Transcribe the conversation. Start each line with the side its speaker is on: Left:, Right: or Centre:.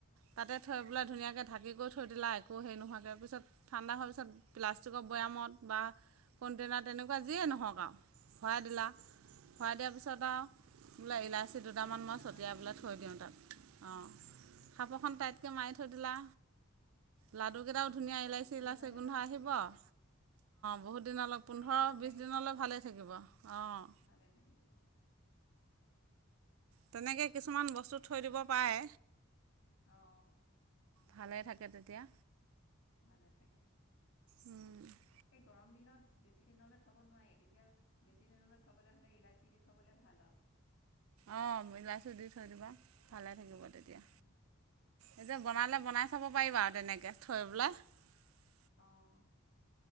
Right: তাতে থৈ
Left: অ
Right: বেলাই ধুনীয়াকে ঢাকি কৰি থৈ থৈ দিলা একো হেৰি নোহোৱাকৈ পিছত ঠাণ্ডা হোৱাৰ পিছত প্লাষ্টিকৰ বৈয়ামত বা কণ্টেইনাৰত তেনেক কোৱা যিয়েই নহওক আও ভৰাই দিলা ভৰাই দিয়াৰ পিছত আও বোলে ইলাচী দুটামান
Left: ইলাচি
Right: মই ছটিয়াই
Left: দি
Right: পেলাই থৈ দিওঁ তাত অ' সাফঁৰখন তাইত ক মাৰি থৈ দিলা। লাডুকেইটাও
Left: উম
Right: ধুনীয়া
Left: তেতিয়া
Right: ইলাচী
Left: বহু
Right: ইলাচী
Left: দিনলে
Right: গোন্ধ
Left: ভাল
Right: আহিব
Left: হৈ থাকিলে
Right: অ' বহুত দিনলৈ পোন্ধৰ
Left: খায়ো ভাল
Right: বিছ
Left: লাগিব
Right: দিনলৈ ভালেই থাকিব অ' অ'।
Left: ভালে থাকিব
Right: তেনেকে কিছুমান বস্তু থৈ দিব পাৰে।
Left: অ'।
Right: ভালে থাকে তেতিয়া।
Left: ভালে থাকে
Right: উম <inaudible>
Left: এই গৰম দিনত বেছি দিনলৈ থব নোৱাৰি তেতিয়া বেছি দিনলৈ থবলৈ হ'লে ইলাচি দি থবলৈ ভাল আৰু
Right: অ' বিলাহীটো দি থৈ দিবা ভালে থাকিব তেতিয়া,
Left: উম,
Right: এই যে বনালে
Left: অ
Right: বনাই চাব পাৰিবা আৰু তেনেকৈ। <unintelligible>
Left: অ'।